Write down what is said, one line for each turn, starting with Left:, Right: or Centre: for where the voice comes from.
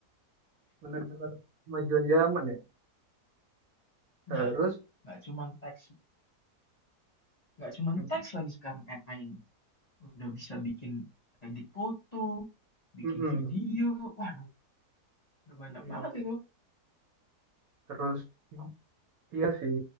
Right: bener-bener kemajuan zaman ya. Terus,
Left: Nah, nggak cuman teks, nggak cuman
Right: Mm-mm.
Left: teks lagi sekarang AI ini, udah bisa bikin edit foto, bikin
Right: Mm-mm.
Left: video. Waduh Udah banyak
Right: iya,
Left: banget itu.
Right: terus, iya sih,